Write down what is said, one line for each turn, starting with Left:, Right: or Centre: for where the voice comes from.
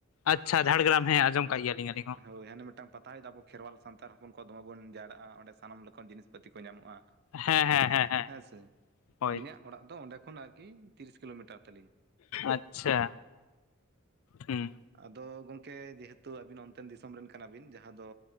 Left: ᱟᱪᱷᱟ ᱡᱷᱟᱲᱜᱨᱟᱢ ᱦᱮᱸ ᱟᱸᱡᱚᱢ ᱠᱟᱜ ᱜᱮᱭᱟᱞᱤᱧ ᱟᱹᱞᱤᱧ᱾ ᱦᱚᱸ
Right: ᱦᱳᱭ ᱦᱟᱱᱮ ᱢᱮᱜᱴᱟᱝ ᱯᱟᱛᱟ ᱦᱳᱭᱳᱜ ᱫᱚ ᱟᱵᱚ ᱠᱷᱮᱨᱣᱟᱞ ᱥᱟᱱᱛᱟᱲ ᱦᱚᱯᱚᱱ ᱠᱚᱣᱟᱜ ᱫᱚᱢᱮ ᱵᱚᱱ ᱡᱟᱣᱲᱟᱜᱼᱟ ᱚᱸᱰᱮ ᱥᱟᱱᱟᱢ ᱞᱮᱠᱟᱱ ᱡᱤᱱᱤᱥ ᱯᱟᱹᱛᱤ ᱠᱚ ᱧᱟᱢᱚᱜᱼᱟ᱾
Left: ᱦᱮᱸ ᱦᱮᱸ ᱦᱮᱸ ᱦᱮᱸ
Right: ᱦᱮᱸᱥᱮ
Left: ᱦᱳᱭ
Right: ᱟᱹᱞᱤᱧᱟᱜ ᱚᱲᱟᱜ ᱫᱚ ᱚᱸᱰᱮ ᱠᱷᱚᱱ ᱟᱨᱠᱤ ᱛᱤᱨᱤᱥ ᱠᱤᱞᱳᱢᱤᱴᱟᱨ ᱛᱟᱹᱞᱤᱧ ᱾
Left: ᱟᱪᱷᱟ ᱦᱩᱸ᱾
Right: ᱟᱫᱚ ᱜᱚᱢᱠᱮ ᱡᱮᱦᱮᱛᱩ ᱟᱵᱤᱱ ᱚᱱ᱾ ᱛᱮᱱ ᱫᱤᱥᱚᱢ ᱨᱮᱱ ᱠᱟᱱᱟᱵᱤᱱ ᱡᱟᱦᱟᱸ ᱫᱚ